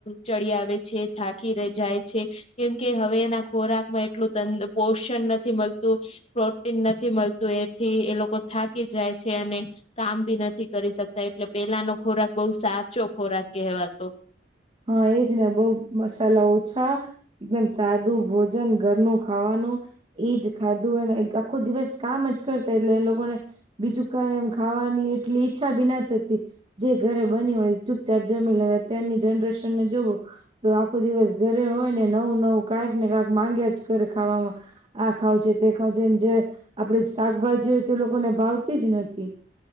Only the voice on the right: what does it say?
હા એજને બઉ મસાલા ઓછા એકદમ સાદું ભોજન ઘરનું ખાવાનું એજ ખાધું હોય અને આખો દિવસ કામ જ કરતા એટલે એ લોકોને બીજું કઈ એમ ખાવાની એટલી ઈચ્છા બી ન થતી. જે ઘરે બન્યું હોય ચૂપચાપ જમી લેવા અત્યારની જનરેશન ને જોવો - તો આખો દિવસ ઘરે હોય અને નવું નવું ક્યાંક ને કાંક માંગ્યા જ કરે ખાવામાં. આ ખાવું છે, તે ખાવું છે, જેમ જે આપડી શાકભાજી હોય તે લોકોને ભાવતી જ નથી.